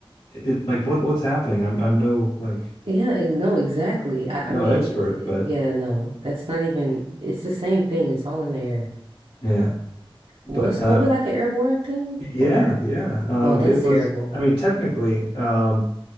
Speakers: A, on the left; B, on the right.
A: it, like what what's happening? I'm I'm no like
B: Yeah, e- no, exactly. I,
A: no
B: I mean,
A: expert,
B: eh,
A: but
B: yeah, no, that's not even, it's the same thing. It's all in the air.
A: yeah,
B: Was
A: but
B: COVID
A: uh,
B: like an airborne thing?
A: yeah,
B: Or,
A: yeah. Um,
B: oh, that's
A: it was.
B: terrible.
A: I mean, technically, um,